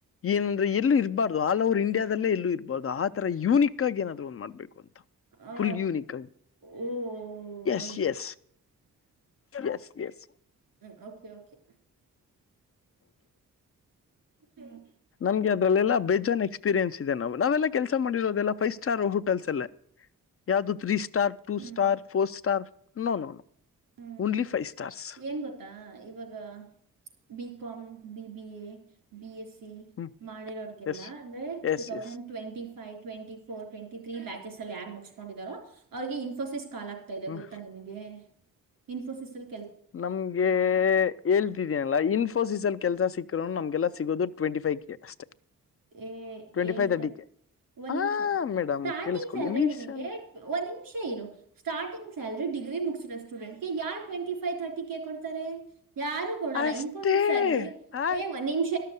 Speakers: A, on the left; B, on the right.
A: ಏನಂದ್ರೆ ಎಲ್ಲೂ ಇರಬಾರ್ದು ಆಲ ಅವ ಇಂಡಿಯಾದಲ್ಲೇ ಎಲ್ಲೂ ಇರಬರ್ದು ಆ ತರ ಯುನಿಕ್ಗ ಏನಾದ್ರೂ ಒಂದು ಮಾಡ್ಬೇಕು ಅಂತ
B: ಓ
A: ಫುಲ್ ುಲ್ಗೂನಿಕಾಗಿ
B: ಓ
A: ಎಸ್
B: ಹಂಗೆ
A: ಎಸ್ ಎಸ್ ಎಸ್
B: ಹ್ಮ ಓಕೆ ಓಕೆ ಹ್ಮ್
A: ನಮ್ಗೆ ಅದ್ರಲ್ಲೆಲ್ಲ ಬೇಜನೆ ಎಕ್ಸ್ಪೀರಿಯನ್ಸ್ ಇದೆ ನಾವು ನಾವೆಲ್ಲ ಕೆಲಸ ಮಾಡಿರೋದೆಲ್ಲ ಫೈವ್ ಸ್ಟಾರ್ ಹೋಟೆಲ್ಸ್ ಎಲ್ಲ ಯಾವ್ದದು ತ್ರೀ ಸ್ಟ ಸ್ಟಾರ್ ಟು
B: ಹ್ಮ್
A: ಸ್ಟಾರ್ ೋರ್ ಸ್ಟಾರ್ ನೋ ನೋ ನೋ
B: ಹ್ಮ್
A: ಓನ್ಲಿ ಫೈವ್ ಸ್ಟಾರ್ಸ್
B: ಏನ್ ಗೊತ್ತಾ ಇವಾಗ BCom B B A B S C
A: ಹ್ಮ್
B: ಮಾಡಿರೋಗೆಲ್ಲ
A: ಎಸ್
B: ಅ್ರ
A: S
B: ಟ thousand
A: S
B: twenty five twenty four twenty three batches ಅಲ್ಲಿ ಯಾರು ಮುಗಿಸಸ್ಕೊಂಡಿದಾರೋ ಅವ್ರಿಗೆ ಇನ್ಫೋಸಿಸ್ ಕಾಲ ಆಗ್ತಾ ಇದೆ
A: ಹ್ಮ್
B: ಗೊತ್ತಾ ನಿಮಗೆ ಇನ್ಫೋಸಿಸಲ್
A: ನಮ್ಗೆ ಹೇಳ್ತಿದೀನಲ್ಲ ಇನ್ಫೋಸಿಸ ಅಲ್ಲಿ ಕೆಲ್ಸ ಸಿಕ್ಕರ ನಮ್ಗೆಲ್ಲ ಸಿಗೋದು ಟ್ವೆಂಟಿ ಫೈವ್ ಕೆ ಅಷ್ಟೇ
B: ಏ
A: ಟ್ವೆಂಟಿ
B: ಹೇಳ್ತಾ
A: ಫೈವ್ ತರ್ಟಿ
B: ಇದೆ
A: ಕೆ
B: ಒಂದ್
A: ಆ
B: ನಿಮಿಷ ಇರು
A: ಮೇಡಮ್
B: ಸ್ಟಾರ್ಟಿಂಗ್
A: ಕೇಳಿಸ್ಕೊಳ್ಳಿ
B: ಸ್ಯಾಲ್ರಿ
A: ಲೀಸನ್
B: ನಿನಗೆ ಒಂದ್ ನಿಮಿಷ ಇರು ಸ್ಟಾರ್ಟಿಂಗ್ ಸ್ಯಾಲ್ರಿ ಡಿಗ್ರಿ ಮುಗಸಿರೋ ಸ್ಟೂಡೆಂಟ್ಗೆ ಯಾರ್ ಟ್ವೆಂಟಿ ಫೈವ್ ತರ್ಟಿ ಕ ಕೊಡ್ತಾರೆ ಯಾರು ಕೊಡಲ್ಲ
A: ಅಷ್ಟೇ
B: ಇನ್ಫೋಸಿಸ್ ಅಲ್ಲಿ
A: ಆ
B: ಏ ಒಂದ್ ನಿಮಿಷ